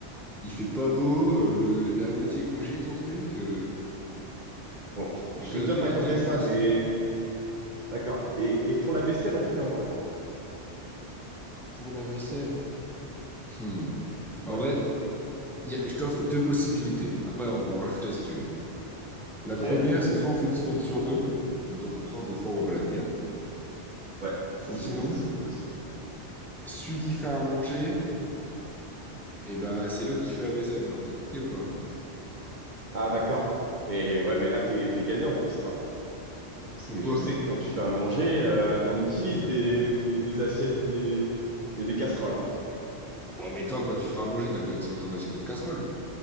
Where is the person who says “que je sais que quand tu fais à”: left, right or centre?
Right